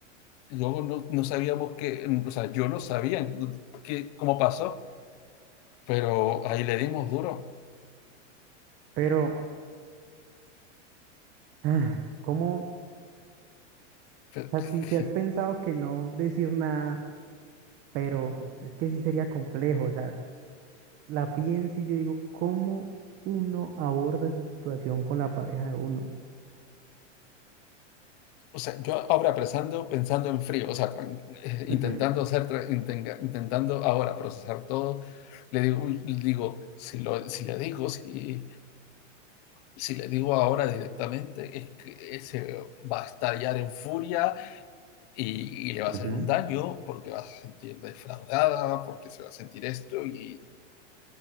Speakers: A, on the left; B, on the right.
A: luego no, no sabíamos qué, mm, o sea, yo no sabía mm, qué, cómo pasó, pero ahí le dimos duro.
B: Pero, ah, ¿cómo?
A: Pero-
B: O sea,
A: <laughs>
B: si, si has pensado que no decir nada, pero es que sí sería complejo. O sea, la pienso y yo digo, ¿cómo uno aborda esa situación con la pareja de uno?
A: O sea, yo ahora pensando, pensando en frío, o sea, tran- eh, intentando
B: Ujú,
A: hacer, tra- intenga- intentando ahora procesar todo, le digo, uy, le digo, si lo, si le digo, si, si le digo ahora directamente, es que se va a estallar en furia y, y le va a hacer
B: ujú.
A: un daño porque va a sentir defraudada, porque se va a sentir esto y,